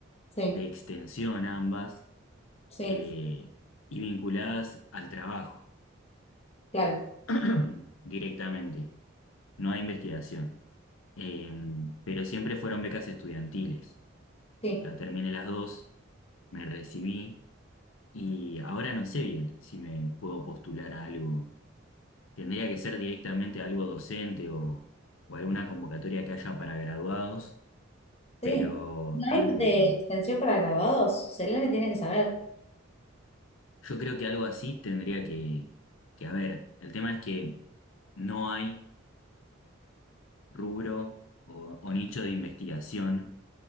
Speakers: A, on the left; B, on the left.
A: Sí,
B: de extensión ambas.
A: sí,
B: eh, y vinculadas al trabajo
A: claro,
B: <clears throat> directamente, no a investigación. Eh, pero siempre fueron becas estudiantiles.
A: sí,
B: Ya terminé las dos, me recibí y ahora no sé bien si me puedo postular a algo. Tendría que ser directamente algo docente o, o alguna convocatoria que haya para graduados,
A: sí.
B: pero
A: Live
B: en-
A: de extensión para grabados, Selene tiene que saber.
B: yo creo que algo así tendría que, que haber. El tema es que no hay rubro o, o nicho de investigación